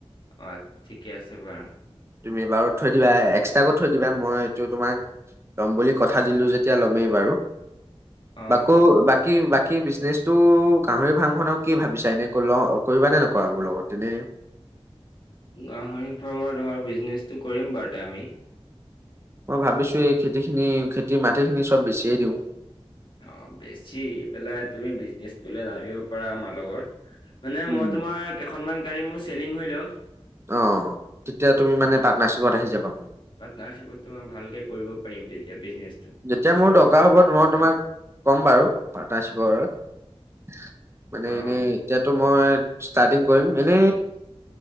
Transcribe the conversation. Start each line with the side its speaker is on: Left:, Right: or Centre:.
Left: অ' ঠিকে আছে বাৰু।
Right: তুমি বাৰু থৈ দিবা এক্সট্ৰাকৈ থৈ দিবা, মই এইটো তোমাক লম বুলি কথা দিলো যেতিয়া লমেই বাৰু।
Left: অ
Right: বাকো কি বাকী বিজনেচটো গাহৰি ফাৰ্ম খনক কি ভাবিছা, এনে কৰিবা নে নকৰা মোৰ লগত এনে?
Left: গাহৰি ফাৰ্মৰ তোমাৰ বিজনেচটো কৰিম বাৰু ত আমি।
Right: মই ভাবিছো এই খেতি খিনি খেতি মাটিখিনি চব বেছিয়ে দিওঁ।
Left: অ' বেছি পেলাই তুমি বিজনেচ তোলে নামিব পাৰা, আমাৰ লগত। মানে
Right: উম
Left: মই তোমাৰ কেইখনমান গাড়ী মোৰ চেলিং হৈ লওঁক।
Right: অ' তেতিয়া তুমি মানে পাৰ্টনাৰশ্বিপত আহি যাবা।
Left: পাৰ্টনাৰশ্বিপতো মই ভালকে কৰিব পাৰিম তেতিয়া বিজনেছটো।
Right: যেতিয়া মোৰ দৰকাৰ হ'ব মই তোমাক ক'ম বাৰু পাৰ্টনাৰশ্বিপৰ। মানে
Left: অ
Right: এনেই এতিয়াতো মই ষ্টাৰ্টিং কৰিম। এনে